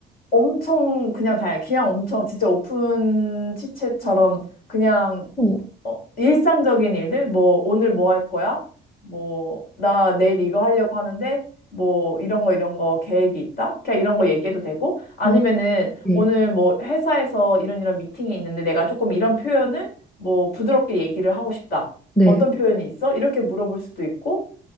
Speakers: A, on the left; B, in the centre.
A: 엄청 그냥 다양, 그냥 엄청 진짜 오픈 치챗처럼 그냥
B: 어,
A: 어, 일상적인 일들, 뭐, 오늘 뭐 할 거야? 뭐, 나 내일 이거 하려고 하는데, 뭐, 이런 거, 이런 거 계획이 있다? 그냥 이런 거 얘기해도 되고, 아니면은,
B: 아, 네.
A: 오늘 뭐, 회사에서 이런 이런 미팅이 있는데, 내가 조금 이런 표현을, 뭐, 부드럽게 얘기를 하고 싶다.
B: 네.
A: 어떤 표현이 있어? 이렇게 물어볼 수도 있고,